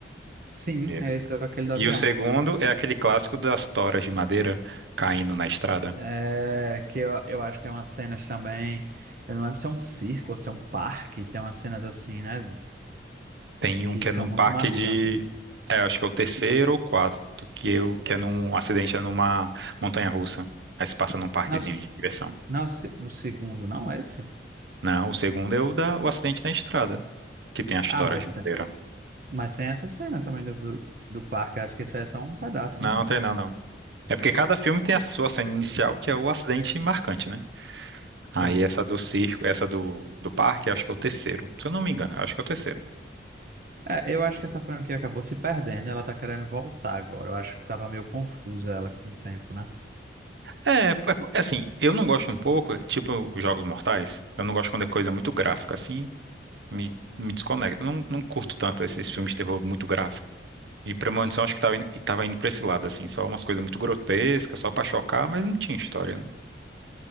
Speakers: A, on the right; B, on the right.
A: sim,
B: É.
A: é esse, do- aquele do avião.
B: E o segundo é aquele clássico das toras de madeira caindo na estrada.
A: É, que eu, eu acho que tem umas cenas também, eu não lembro se é um circo ou se é um parque, tem umas cenas assim, né,
B: Tem
A: que
B: um que
A: são
B: é num
A: muito
B: parque
A: marcantes.
B: de. É, acho que é o terceiro ou quarto que eu que é num um acidente é numa montanha-russa. Aí se passa num parquezinho
A: Não,
B: de diversão.
A: não, é o se- o segundo, não é esse?
B: Não, o segundo é o da o acidente na estrada, que tem a história
A: Ah, mas
B: de madeira.
A: tem. Mas tem essa cena também do, do, do parque. Acho que isso é só um pedaço,
B: Não,
A: não?
B: tem não, não. É porque cada filme tem a sua cena inicial, que é o acidente marcante, né? Aí
A: Sim.
B: essa do circo, essa do, do parque, acho que é o terceiro. Se eu não me engano, acho que é o terceiro.
A: É, eu acho que essa franquia acabou se perdendo. Ela tá querendo voltar agora. Eu acho que tava meio confusa ela com o tempo, né?
B: É, é, é assim, eu não gosto um pouco, tipo os Jogos Mortais, eu não gosto quando é coisa muito gráfica, assim. me, me desconecta. Eu Não, não curto tanto esses filmes de terror muito gráfico. E Premonição acho que tava, in- tava indo pra esse lado, assim. Só umas coisas muito grotescas, só pra chocar, mas não tinha história, né?